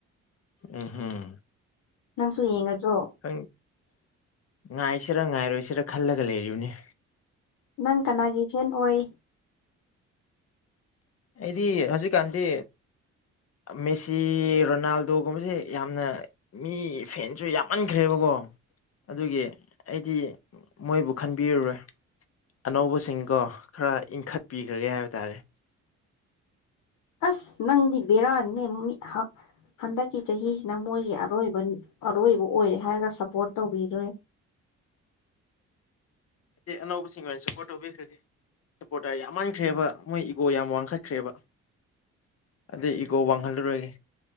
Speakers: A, on the left; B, on the left.
A: ꯎꯝꯍꯨꯝ
B: ꯅꯪꯁꯨ ꯌꯦꯡꯒꯗ꯭ꯔꯣ
A: ꯪ ꯉꯥꯏꯁꯤꯔꯥ ꯉꯥꯏꯔꯣꯏꯁꯤꯔꯥ ꯈꯜꯂꯒ ꯂꯩꯔꯤꯕꯅ‌ꯦ
B: ꯅꯪ ꯀꯅꯥꯒꯤ ꯐꯦꯟ ꯑꯣꯏ
A: ꯑꯩꯗꯤ ꯍꯧꯖꯤꯛꯀꯥꯟꯗꯤ ꯃꯦꯁꯤ ꯔꯣꯅꯥꯜꯗꯣꯒꯨꯝꯕꯁꯦ ꯌꯥꯝꯅ ꯃꯤ ꯐꯦꯟꯁꯨ ꯌꯥꯝꯃꯟꯈ꯭ꯔꯦꯕꯥꯀꯣ ꯑꯗꯨꯒꯤ ꯑꯩꯗꯤ ꯃꯣꯏꯕꯨ ꯈꯟꯕꯤꯔꯔꯣꯏ ꯑꯅꯧꯕꯥꯁꯤꯡꯀꯣ ꯈ꯭ꯔ ꯏꯪꯈꯠꯄꯤꯈ꯭ꯔꯒꯦ ꯍꯥꯏꯕ ꯇꯥꯔꯦ
B: ꯑꯁ ꯅꯪꯗꯤ ꯕꯦꯔꯥꯅꯤꯅꯦ ꯃꯤ ꯍꯥ ꯍꯟꯗꯛꯀꯤ ꯆꯍꯤꯁꯤꯅ ꯃꯣꯏꯒꯤ ꯑꯔꯣꯏꯕ ꯑꯔꯣꯏꯕ ꯑꯣꯏꯔꯦ ꯍꯥꯏꯔꯒ ꯁꯞꯄꯣꯔꯠ ꯇꯧꯕꯤꯔꯣꯏ
A: ꯁꯤ ꯑꯅꯧꯕꯁꯤꯡꯅ ꯁꯞꯄꯣꯔꯠ ꯇꯧꯕꯤꯈ꯭ꯔꯗꯤ ꯁꯞꯄꯣꯔꯠꯇ꯭ꯔ ꯌꯥꯝꯃꯟ ꯈ꯭ꯔꯦꯕ ꯃꯣꯏ ꯏꯒꯣ ꯌꯥꯝ ꯋꯥꯡꯈꯠꯈ꯭ꯔꯦꯕ ꯑꯗꯨꯏ ꯏꯒꯣ ꯋꯥꯡꯍꯜ ꯂꯥꯔꯣꯏꯒꯦ